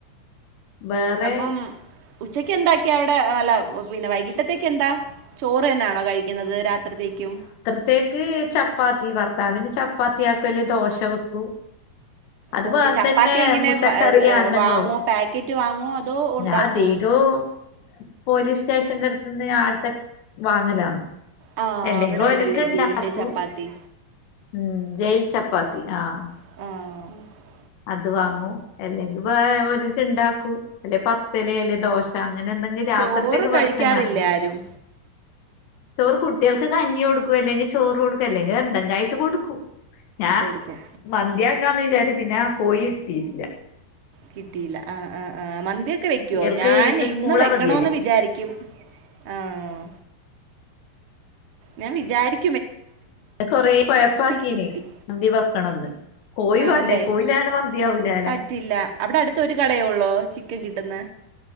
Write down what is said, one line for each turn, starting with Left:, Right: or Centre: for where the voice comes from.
Left: വേറെ
Right: അപ്പം ഉച്ചക്ക് എന്താക്കിയാ അവിടെ അല്ല പിന്നെ വൈകീട്ടത്തേക്കെന്താ? ചോറ് തന്നെയാണോ കഴിക്കുന്നത് രാത്രിത്തേക്കും?
Left: ത്തേക്ക് ചപ്പാത്തി ഭർത്താവിന് ചപ്പാത്തിയാക്കും അല്ലെ ദോശ വെക്കും. അത്
Right: ഓക്കെ
Left: വേർതന്നെ
Right: ചപ്പാത്തി എങ്ങനെ
Left: മുട്ടക്കറിയാ
Right: വ- സ്-
Left: എന്തെങ്കും
Right: വാങ്ങുവോ
Left: ആവും.
Right: പാക്കറ്റ് വാങ്ങുവോ അതോ ഉണ്ടാക്കുവോ
Left: ഞാദീകവും.. പോലീസ്റ്റേഷന്റെ അടുത്ത്ന്ന് ആട്ത്തെ വാങ്ങലാന്ന്..
Right: ആ
Left: അല്ലെങ്കി
Right: അവിടെ
Left: ഓരക്ക
Right: ഉണ്ടല്ലോ
Left: ഉണ്ടാക്കൂം
Right: ജയിലിലെ ചപ്പാത്തി
Left: ം ജയിൽ ചപ്പ പ്പാത്തി ആഹ്
Right: ആഹ്.
Left: അത് വാങ്ങൂ അല്ലെങ്കിൽ വേറെ ഒര്ക്ക്ണ്ടാക്കൂം അല്ലെ പത്തല് അല്ലെ ദോശ.. ശ അങ്ങനെന്തെങ്കിലും രാത്രിത്തേക്ക്
Right: ചോറ് കഴിക്കാറില്ല
Left: വർത്തന ആക്കണം.
Right: ആരും
Left: ചോറ് കുട്യോൾക്ക് കഞ്ഞി കൊടുക്കും അല്ലെങ്കിൽ ചോറ് കൊടുക്കും അല്ലെങ്കി എന്തെങ്കി ആയി കൊടുക്കും ഞാൻ
Right: കൊടുക്കും
Left: മന്ത്യാക്കാന്ന് വിചാരിച്ചു പിന്നെ ആ കോഴി കിട്ടീട്ടില്ല.
Right: കിട്ടീല്ല ആ ആഹ് ആഹ് മന്തി ഒക്കെ വെക്കോ?
Left: കുട്ടികൾക്ക്
Right: ഞാൻ
Left: ഇന്ന്
Right: എന്നും
Left: സ്കൂൾ
Right: വെക്കണോന്ന്
Left: അവധിയല്ലേ
Right: വിചാരിക്കും. ആഹ് ഞാൻ വിചാരിക്ക
Left: കൊറേ കൊഴപ്പാക്കീന്
Right: കിട്ടി
Left: മന്തി വെക്കണൊന്ന് കോഴി
Right: ആണല്ലേ
Left: വാണ്ടേ കോഴില്ലാണ്ട് മന്ത്യാവൂലാല.
Right: പറ്റില്ല അവിടെ അടുത്തൊരു കടേയൊള്ളൂ ചിക്കൻ കിട്ടുന്ന്?